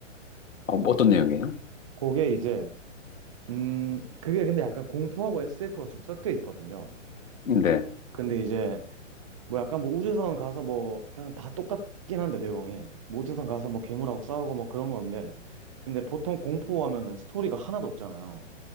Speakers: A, on the left; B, on the right.
A: 어, 떤 내용이에요?
B: 그게 이제 음, 그게 근데 약간 공포하고 SF가 좀 섞여 있거든요.
A: 네. <laughs>
B: 근데 이제 뭐 약간 뭐 우주선 가서 뭐 그냥 다 똑같긴 한데 내용이 뭐 우주선 가서 뭐 괴물하고 싸우고 뭐 그런 건데 근데 보통 공포하면은 스토리가 하나도 없잖아요.